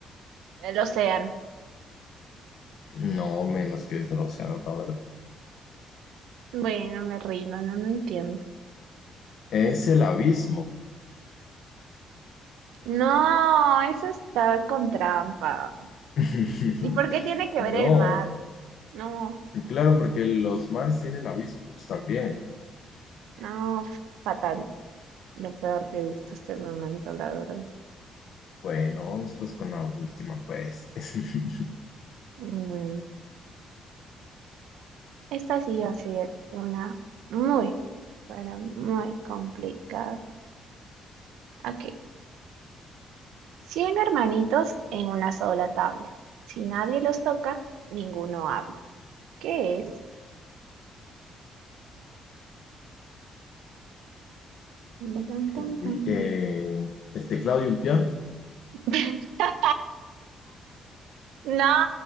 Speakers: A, on the right; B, on the left.
A: El océano.
B: No, menos que es el océano, la verdad.
A: Bueno, me rindo, no, no entiendo.
B: Es el abismo.
A: No, eso está con trampa.
B: <laughs>
A: ¿Y por qué tiene que
B: No,
A: ver el mar? No.
B: claro, porque los mares tienen abismos también.
A: No, f- fatal. Lo peor que he visto hasta el momento, la verdad.
B: Bueno, vamos pues con la última, pues. <laughs>
A: Mm, Esta sí va a ser una muy, pero muy complicada. Ok. cien hermanitos en una sola tabla. Si nadie los toca, ninguno habla. ¿Qué es? Tun, tun,
B: Uy,
A: tun, tun.
B: eh, el teclado y un piano.
A: <laughs> No,